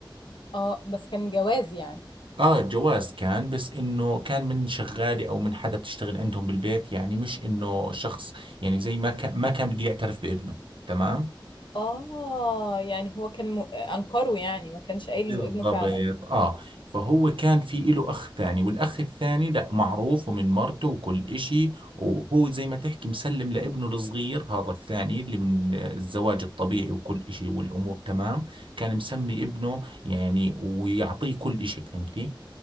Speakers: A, on the left; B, on the right.
A: اه بس كان جواز يعني
B: آه جواز كان بس إنه كان من شغالة أو من حدا بتشتغل عندهم بالبيت يعني مش إنه شخص يعني زي ما كان ما كان بده يعترف بابنه تمام
A: اه يعني هو كان م... أنكره يعني ما كانش قايل
B: بالضبط
A: إنه ابنه فعلا
B: اه فهو كان في له اخ ثاني والاخ الثاني لا معروف ومن مرته وكل اشي وهو زي ما تحكي مسلم لابنه الصغير هذا الثاني اللي من الزواج الطبيعي وكل اشي والامور تمام كان مسمي ابنه يعني ويعطيه كل اشي فهمتي